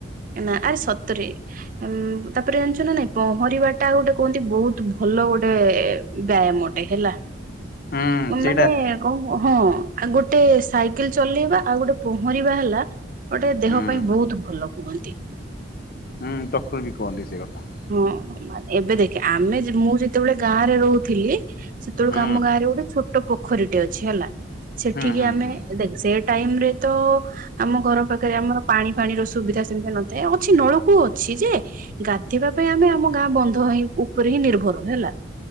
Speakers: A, on the right; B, on the left.
A: ନାଁ ଆରେ ସତରେ। ଉଁ ତାପରେ ଜାଣିଛନାନାଇଁ ପହଁରିବାଟା ଗୋଟେ କୁହନ୍ତି ବହୁତ ଭଲ ଗୋଟେ ବ୍ୟାୟାମଟେ ହେଲା।
B: ହୁଁ,
A: ମାନେ
B: ସେଇଟା
A: କଣ ହଁ, ଗୋଟେ ସାଇକେଲ ଚଲେଇବା ଆଉ ଗୋଟେ ପହଁରିବା ହେଲା ଗୋଟେ ଦେହପାଇଁ
B: ହୁଁ
A: ବହୁତ ଭଲ କୁହନ୍ତି।
B: ହୁଁ, ଡକ୍ଟରବି କହନ୍ତି ସେକଥା।
A: ହଁ, ମାନେ ଏବେଦେଖେ, ଆମେ ଯେ-ମୁଁ ଯେତେବେଳେ ଗାଁରେ ରହୁଥିଲି ସେତେବେଳକୁ
B: ହୁଁ
A: ଆମ ଗାଁରେ ଗୋଟେ ଛୋଟ ପୋଖରୀଟେ ଅଛି ହେଲା, ସେଠିକି
B: ହୁଁ ହୁଁ
A: ଆମେ,
B: ହୁଁ
A: ଦେଖ୍ ସେ ଟାଇମରେ ତ, ଆମ ଘର ପାଖରେ ଆମର ପାଣି ପାଣିର ସୁବିଧା ସେମିତି ନଥାଏ, ଅଛି ନଳକୂଅ ଅଛି ଯେ ପିଇବା ପାଇଁ ଆମେ ଆମ ଗାଁ ବନ୍ଧହିଁ ଉପରେ ହିଁ ନିର୍ଭର, ହେଲା।